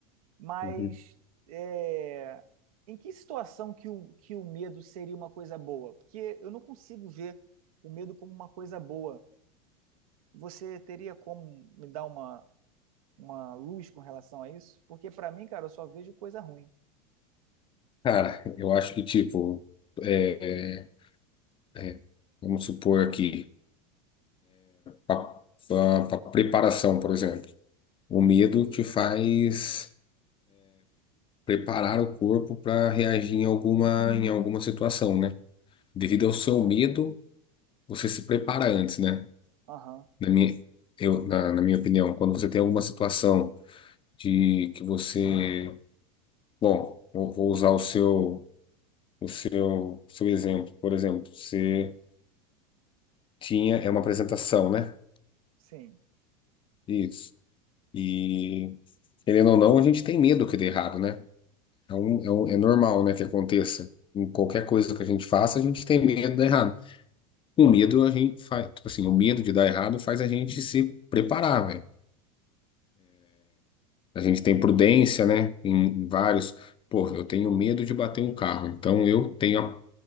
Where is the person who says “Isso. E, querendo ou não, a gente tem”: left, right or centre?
Left